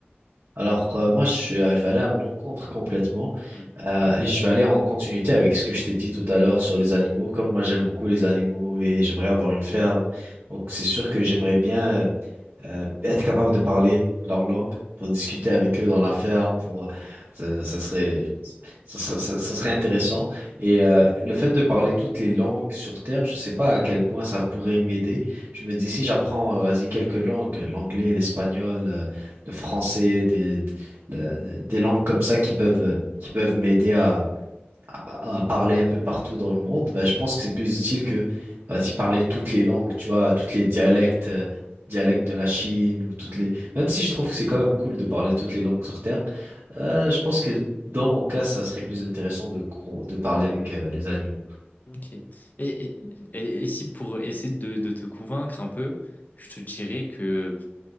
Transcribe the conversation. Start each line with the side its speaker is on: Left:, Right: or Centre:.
Right: Alors, euh, moi, je, suis- je vais aller à l'encontre complètement.
Left: Hmm,
Right: Euh, et je vais aller en continuité avec ce que je t'ai dit tout à l'heure sur les animaux. Comme moi, j'aime beaucoup les animaux et j'aimerais avoir une ferme. Donc, c'est sûr que j'aimerais bien euh, être capable de parler leur langue pour discuter avec eux dans la ferme, pour ça, ça serait ça serait, ça- ça serait intéressant. Et euh, le fait de parler toutes les langues sur Terre, je sais pas à quel point ça pourrait m'aider. Je me dis si j'apprends euh, vas-y quelques langues, euh, l'anglais, l'espagnol, euh, le français, des des le- le- des langues comme ça qui peuvent qui peuvent m'aider à à parler un peu partout dans le monde, ben, je pense que c'est plus utile que, vas-y, parler toutes les langues, tu vois, toutes les dialectes,
Left: Ok.
Right: euh, dialectes de la Chine ou toutes les... Même si je trouve que c'est quand même cool de parler toutes les langues sur Terre, euh, je pense que dans mon cas, ça serait plus intéressant de, co- de parler avec euh, les animaux.
Left: Ok. Et, et, et- et si pour essayer de, de te convaincre un peu, je te dirais que